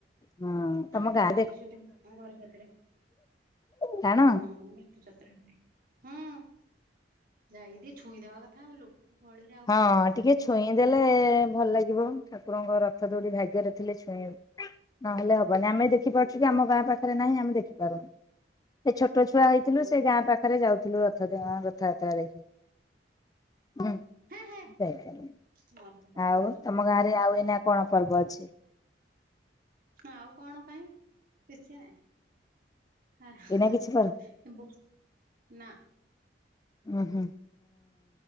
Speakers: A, on the left (about 20°); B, on the right (about 50°).
A: ହଁ ତମ
B: ଆମେ
A: ଗାଁରେ
B: ଟାଣୁ ବି ସୁଧା ଆମ ଘର କତିରେ।
A: ଟାଣ?
B: ହଁ ରଥଯାତ୍ରା ହୁଏ ହଁ ଯାଇକି ଟିକେ ଛୁଇଁଦବା କଥା ଆଉ ଲୋକ ଗହଳିରେ ଆ
A: ହଁ ଟିକେ ଛୁ ଛୁଇଁ ଦେଲେ ଭଲ ଲାଗିବ ଠାକୁରଙ୍କ ରଥ ଦୋଉଡି ଭାଗ୍ୟରେ ଥିଲେ ଛୁଇଁ ନହେଲେ ହବନି ଆମେ ଦେଖିପାରୁଛୁ
B: ହୁଁ।
A: କି ଆମ ଗାଁ ପାଖରେ ନାହିଁ ଆମେ ଦେଖିପାରୁନୁ। ସେ ଛୋଟ ଛୁଆ ହେଇଥିଲୁ
B: ହୁଁ
A: ସେ ଗାଁ ପାଖ ପାରେ ଯାଉଥୁଲୁ ରଥଟା ରଥଯାତ୍ରା ଦେଖି ହୁଁ।
B: ହେ ହେ
A: ଯାଇ ପାରୁନି
B: ମନ ତ ଖାଲି
A: ଆଉ
B: ବେଲୁନ
A: ତମ ଗାଁରେ ଆଉ ଏଇନା କଣ ପର୍ବ ଅଛି?
B: ଆଉ କଣ କାଇଁ କିଛି ନାଇଁ ହା ହେ।
A: ଏଇନା କିଛି ପର୍ବ
B: ବୁ ନା
A: ଉଁ ହୁଁ।